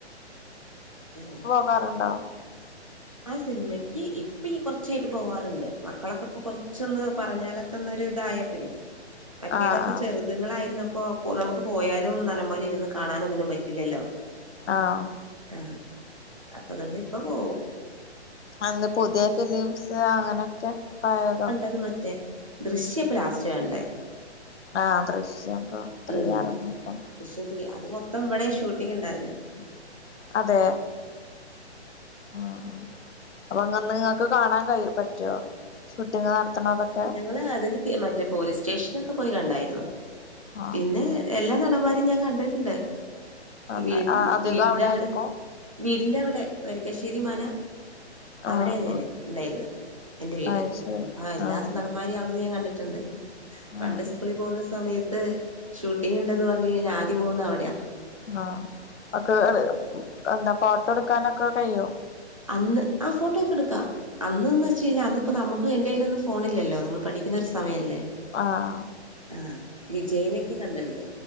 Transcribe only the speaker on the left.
വേറണ്ടാ
ആഹ് ആഹ്
ആഹ്
അന്ന് പുതിയ ഫിലിംസ് അങ്ങനെക്കെ പഴേതോ
ആഹ് ദൃശ്യം ഇപ്പൊ ത്രീ
ഇറങ്ങിയപ്പം
അതെ ആഹ് അപ്പൊ അങ്ങങ്ന്ന് നിങ്ങൾക്ക് കാണാൻ പറ്റോ ഷൂട്ടിങ് നടത്തണതൊക്കെ
ആഹ്
അങ്ങനെ
അധികം
ആയിരിക്കും
ആഹ്
അത് ശരി
ആഹ്
ആഹ്
ആഹ് ഒക്കെ എന്താ ഫോട്ടോ എടുക്കാനൊക്കെ കയ്യോ
ആഹ്